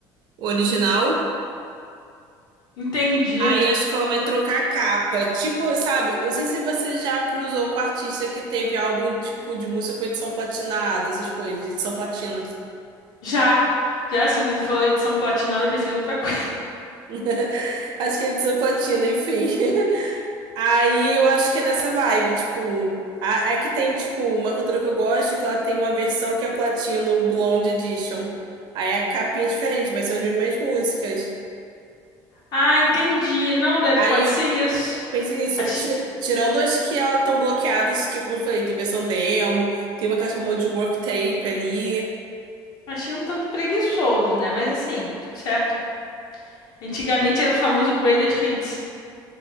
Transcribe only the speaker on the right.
original.
Aí acho que ela vai trocar a capa. Tipo, sabe, eu não sei se você já cruzou com artista que teve álbum tipo de música com edição platinada, essas coisas, edição platina.
<laughs> Acho que é edição platina, enfim. <laughs> Aí eu acho que é nessa vibe, tipo. a- É que tem, tipo, uma cantora que eu gosto que ela tem uma versão que é platina, o Blonde Edition. Aí a capinha é diferente, mas são as mesmas músicas.
Aí
eu
pensei nisso.
Ti- Tirando as que elas estão bloqueadas, que, como eu falei, tem versão demo, tem uma que ela chamou de work tape ali.